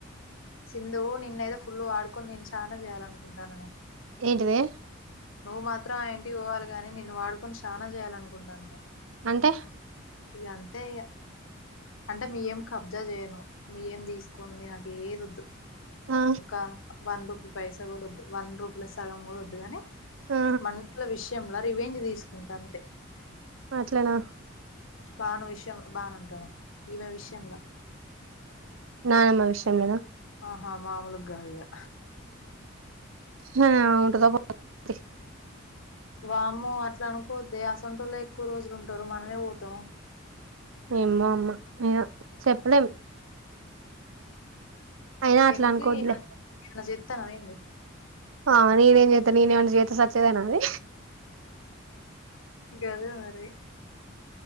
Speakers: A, on the left; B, on the right.
A: సింధు నిన్ను అయితే ఫుల్ వాడుకొని నేను చాలా చేయాలనుకుంటాన నేను
B: ఏంటిదే
A: నువ్వు మాత్రం ఆ ఇంటికి పోవాలి గాని నిన్ను వాడుకొని చానా చేయాలనుకుంటాన నేను
B: అంటె
A: ఇంగ అంతే ఇగ అంటే మీ ఏం కబ్జా చేయను మీ ఏం తీసుకోను మీ నాకు ఏదోద్దు
B: ఆ
A: ఒక వన్ రూపీ పైసా కూడా వన్ రూపీల సగం కూడా వద్దు కనీ
B: ఆ
A: మనింట్ల విషయంల రివేంజ్ తీసుకుంటా అంతే
B: అట్లానా
A: బాను విషయం బాన అంటున్న ఈమె విషయంలా
B: నానమ్మ విషయంలోనా
A: ఆహా మామూలుగా గాదిగా
B: హఆమె ఉంటదో పోతదో తియ్
A: వామ్మో అట్లా అనుకోద్దె అసంటోల్లే ఎక్కువ రోజులు ఉంటరు మనమే పోతాం
B: ఏమ్మో అమ్మ ఇగ చెప్పలేం అయినా అట్లా
A: ఎందుకు
B: అనుకోవద్దులే
A: ఏమన చెస్తానవ ఏంది
B: ఆ నేనేం చేస్తా ననేమన్న చేస్తే సచ్చేదానే అది
A: గదే మరి